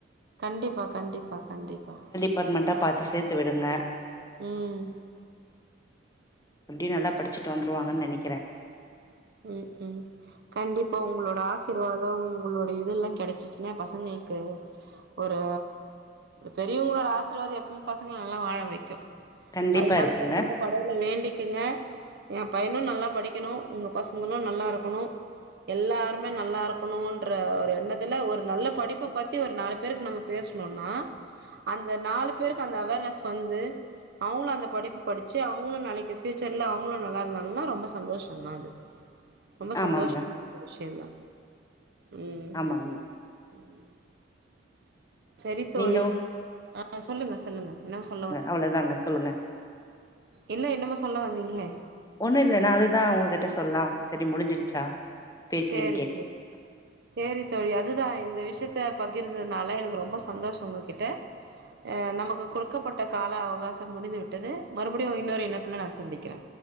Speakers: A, on the right; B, on the left.
A: கண்டிப்பா கண்டிப்பா கண்டிப்பா
B: பாட்மெண்ட்டா பாத்து சேத்து விடுங்க
A: ம்
B: அப்டியே நல்லா படிச்சிட்டு வந்துருவாங்கன் நெனைக்கிறே
A: ம் ம் கண்டிப்பா உங்ளோட ஆசிர்வாதோ உங்களோட இது எல்லா கெடச்சிச்சுன்னா எ பசங்கள்க்கு ஒரு பெரியவங்களோட ஆசீர்வாதோ எப்பமே பசங்கள நல்லா வாழ வைக்கு
B: கண்டிப்பா
A: அதுனால
B: இருக்குங்க
A: கண்டிப்பா கடவுள வேண்டிக்குங்க எ பையனு நல்லா படிக்கணு உங்க பசங்களு நல்லாருக்கணு எல்லாருமே நல்லாருக்கணுன்ற ஒரு எண்ணத்துல ஒரு நல்ல படிப்ப பத்தி ஒரு நாலு பேருக்கு நம்ம பேஸ்ணுன்னா அந்த நாலு பேருக்கு அந்த அவேர்னஸ் வந்து அவுங்களு அந்த படிப்பு படிச்சி அவுங்களு நாளைக்கு ஃப்யூச்சர்ல அவுங்களு நல்லார்ந்தாங்கன்னா ரொம்ப சந்தோஷந்தா அது ரொம்ப
B: ஆமாங்க
A: சந்தோஷமான ஒரு விஷ்யந்தா ம்
B: ஆமாங்க
A: ம் சரி தோழி
B: நீங்க
A: ஆ சொல்லுங்க சொல்லுங்க என்னமோ சொல்ல வந்
B: அவ்ள தாங்க சொல்லுங்க
A: இல்ல என்னமோ சொல்ல வந்தீங்ளே
B: ஒன்னு இல்ல நா அதுதா உங்ககிட்ட சொல்லா செரி முடிஞ்சிடுச்சா பேசின்னு
A: சேரி
B: கேட்
A: சேரி சேரி தோழி அதுதா இந்த விஷ்யத்த பகிர்ந்தத்னால எனக்கு ரொம்ப சந்தோஷோ உங்ககிட்ட அ நமக்கு கொடுக்கப்பட்ட கால அவகாசம் முடிந்து விட்டது மறுபடியு இன்னோரு இணைப்புல நா சந்திக்கிறே